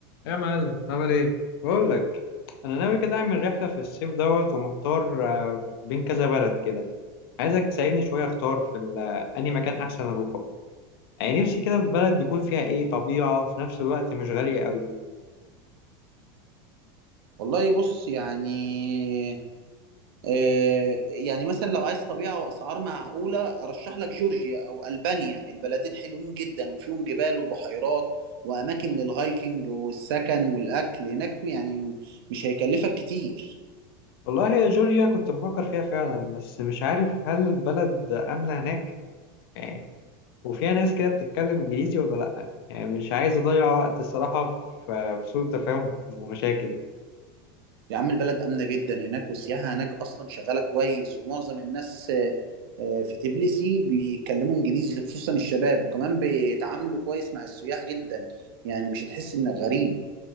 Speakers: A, on the left; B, on the right.
A: يا معلم عامل ايه بقول لك انا ناوي كده اعمل رحله في الصيف دوت ومحتار آه، بين كذا بلد كده عايزك تساعدني شويه اختار في ال- آه، انهي مكان احسن اروحه يعني نفسي كده في بلد يكون فيها ايه طبيعه وفي نفس الوقت مش غاليه قوي
B: والله بص يعني آه، يعني مثلا لو عايز طبيعة وأسعار معقولة أرشح لك جورجيا أو ألبانيا البلدين حلوين جدا وفيهم جبال وبحيرات وأماكن للهايكنج والسكن والأكل هناك يعني م- مش هيكلفك كتير
A: والله يا جورجيا كنت بفكر فيها فعلا بس مش عارف هل البلد امنه هناك يعني وفيها ناس كده بتتكلم انجليزي ولا لا يعني مش عايز اضيع وقت الصراحه في آه، في سوء تفاهم ومشاكل
B: يا عم البلد آمنة جدا هناك والسياحة هناك أصلا شغالة كويس ومعظم الناس آه، آه، في تبليسي بيتكلموا إنجليزي خصوصا الشباب وكمان بيتعاملوا كويس مع السياح جدا يعني مش هتحس إنك غريب